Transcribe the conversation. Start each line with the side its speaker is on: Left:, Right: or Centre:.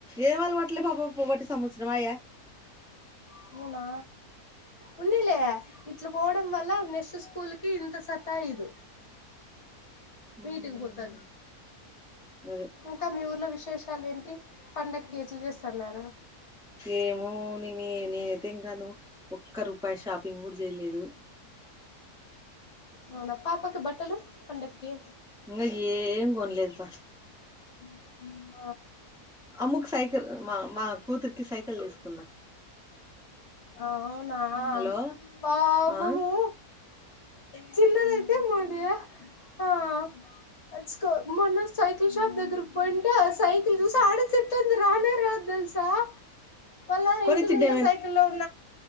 Centre: ఏం అలవాట్లే పాబ పోటి స శర్మా
Left: పోనా ఉన్నీలే ఇట్ల పోవడం వల్ల నెస్ కూల్కి ఇంత సతా ఇదు
Centre: మ్మ్
Left: మీటికి పోతుది
Centre: అదే
Left: ఇంకా మీ ఊర్లో విశేష చాలేన్టి పండగకిట్లు చేస్తున్నారు
Centre: ఏమో నీ మీ నేనైతే ఇంకాను ఒక్క రూపాయి షాపింగ్ కూడా చేయలేదు
Left: అవునా పాపాకి బట్టలు పండకి
Centre: ఇంగా ఏం కొనలేదు పా
Left: ఉమ్
Centre: అమ్ముకి సైకల్ మా మా కూతురికి సైకల్ లేసు కున్నా
Left: అవునా
Centre: హలో
Left: పాపము
Centre: ఆ
Left: చిన్నదైతే మోదయా ఆ అచ్చుకో మొన్న సైకిల్ షాప్ దగ్గరకు పోయింటే సైకిల్ చూసి ఆడసట్లంది రానే రాదు తెలిసి స మల్లా నేను
Centre: కొనిచ్చింటే ఏమైనా
Left: ఉ సైకిల్ లో ఉ